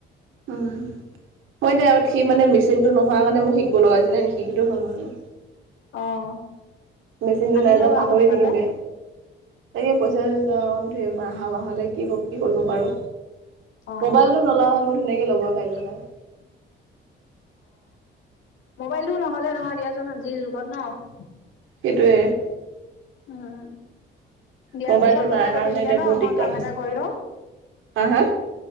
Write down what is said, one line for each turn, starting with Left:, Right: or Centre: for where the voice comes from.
Right: উম্। মইযে আগত সেই মানে মেচিনটো নোহোৱা কাৰণে মই শিকিব লগা হৈছিলে এনে নিশিকিলোঁ হয় মইওঁ।
Left: অ'।
Right: মেচিনটো
Left: আনি
Right: নাই
Left: ল'বা
Right: যে পাহৰি
Left: সোনকালে
Right: থাকিম গে, তাকেই পইচা-চইচা অনক সেই আহা মাহলে কি ব কি কৰিব পাৰোঁ।
Left: অ
Right: ম'বাইলটো নোলোৱা হয় মই ধুনীয়াকে ল'বয়ে পাৰিলো হয়।
Left: ম'বাইলটো নহ'লে নহয় দিয়াচোন আজিৰ যুগত ন?
Right: সেইটোৱে।
Left: উম্। দিয়া
Right: মোবাইলটো
Left: পিছত কথা
Right: নাই
Left: পাতিম
Right: কাৰণে
Left: দিয়া
Right: এতিয়া
Left: ন
Right: বহুত
Left: মই
Right: দিগদাৰ
Left: কাম
Right: হৈছে
Left: এটা কৰি লওঁ।
Right: হা হা